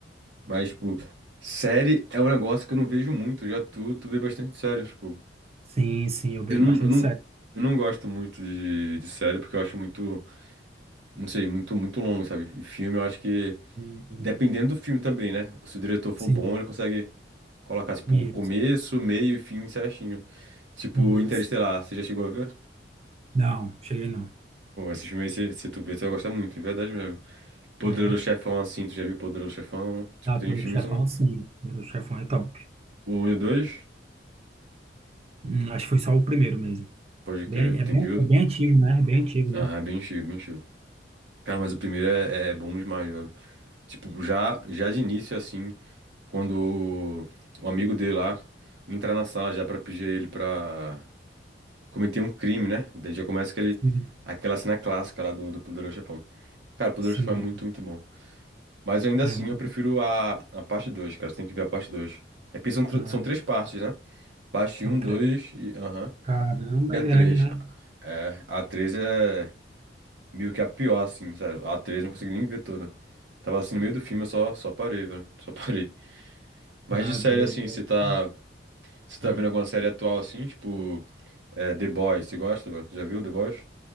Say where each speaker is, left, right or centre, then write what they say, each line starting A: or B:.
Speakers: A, on the right (about 75°); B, on the right (about 35°).
A: Mas, tipo, série é um negócio que eu não vejo muito. Já tu, tu vê bastante série, tipo.
B: sim, sim, eu vejo
A: Eu não,
B: bastante
A: eu não,
B: série.
A: eu não gosto muito de, de série porque eu acho muito, não sei, muito, muito longo, sabe? E filme eu acho que,
B: E-
A: dependendo do filme também, né? Se o diretor for
B: Sim,
A: bom, ele consegue colocar, tipo,
B: isso,
A: começo, meio e fim certinho. Tipo,
B: isso.
A: Interestelar, você já chegou a ver?
B: Não, cheguei não.
A: Pô, esse filme aí, se, se tu ver, tu vai gostar muito, de verdade mesmo. Poderoso
B: É.
A: Chefão, assim, tu já viu Poderoso Chefão? Tipo,
B: Ah,
A: tem
B: Poderoso
A: uns filmes
B: Chefão,
A: que são
B: sim. Poderoso Chefão é top.
A: o um e o 2?
B: Hum, acho que foi só o primeiro mesmo.
A: Pode crer,
B: Bem, é
A: tem
B: bem,
A: que ver.
B: é bem antigo, né? É bem antigo,
A: Aham,
B: né?
A: bem cheio, bem cheio. Cara, mas o primeiro é, é bom demais, velho. Tipo, já, já de início, assim, quando o amigo dele lá entrar na sala já pra pedir ele pra cometer um crime, né? Daí já começa aquele,
B: Sim,
A: aquela cena clássica lá do, do Poderoso Chefão. Cara, o Poderoso
B: sim.
A: Chefão é muito, muito bom. Mas ainda assim,
B: É muito.
A: eu prefiro a, a parte 2, cara. Você tem que ver a parte 2. É porque são, tr-
B: não,
A: são
B: é-
A: três partes, né? Parte
B: São
A: um,
B: três.
A: 2 e... Aham.
B: Caramba,
A: E a
B: é grande,
A: 3.
B: né?
A: É, a 3 é. meio que a pior, assim, sério. A 3 eu não consegui nem ver toda. Tava assim no meio do filme, eu só, só parei, velho. Só parei. Mas
B: Tá
A: de série,
B: doido.
A: assim,
B: é
A: você tá.
B: grande.
A: Você tá
B: Hum.
A: vendo alguma série atual, assim, tipo. é, The Boys, você gosta, velho? Já viu The Boys?